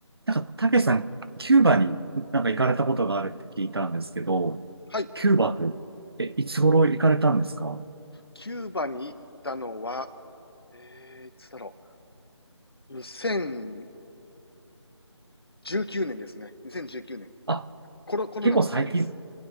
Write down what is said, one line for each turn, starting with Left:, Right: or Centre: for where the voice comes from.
Right: なんか、たけしさん、キューバになんか行かれたことがあるって聞いたんですけど、
Left: はい。
Right: キューバって、え、いつ頃行かれたんですか
Left: キューバに行ったのは、えー、いつだろう。2019年ですね。2019年。
Right: あ、
Left: コロ、コロナの前です。
Right: 結構最近、